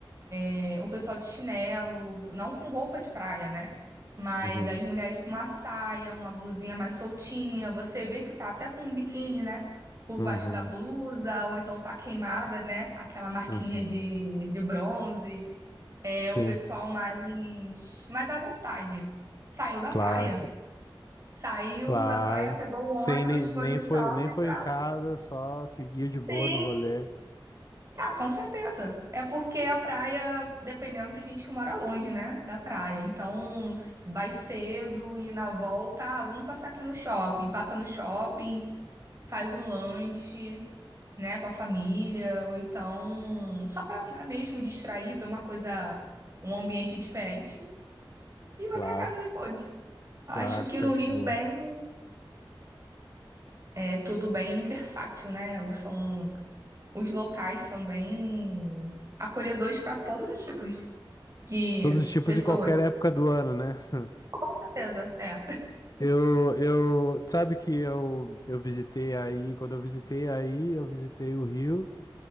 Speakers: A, on the right; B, on the left.
A: É, o pessoal de chinelo, não com roupa de praia, né? Mas
B: Uhum,
A: as mulheres com uma saia, uma blusinha mais soltinha, você vê que tá até com um biquíni, né? Por
B: uhum,
A: baixo da blusa, ou então tá queimada, né? Aquela marquinha
B: uhum.
A: de, de bronze. É
B: Sim,
A: o pessoal mais, mais à vontade. Saiu da
B: claro,
A: praia. Saiu
B: claro.
A: da praia, pegou o
B: Sim,
A: ônibus,
B: nem,
A: foi
B: nem
A: no
B: foi,
A: shopping
B: nem foi
A: pra.
B: em casa, só seguiu de
A: Sim.
B: boa no rolê.
A: Ah, com certeza. É porque a praia, dependendo, tem gente que mora longe, né, da praia. Então, s- vai cedo e na volta, ah, vamos passar aqui no shopping. Passa no shopping, faz um lanche, né, com a família, ou então só pra andar mesmo, distrair, ver uma coisa, um ambiente diferente e vai
B: Claro,
A: pra casa depois. Acho
B: claro,
A: que
B: fica
A: no
B: de
A: Rio
B: boa.
A: bem é tudo bem versátil, né? Os São os locais são bem acolhedores para todos os tipos. de
B: Todos os tipos
A: pessoas.
B: e qualquer época do ano, né? <laughs>
A: Com certeza, é.
B: Eu, eu, sabe que eu, eu visitei aí, quando eu visitei aí, eu visitei o Rio.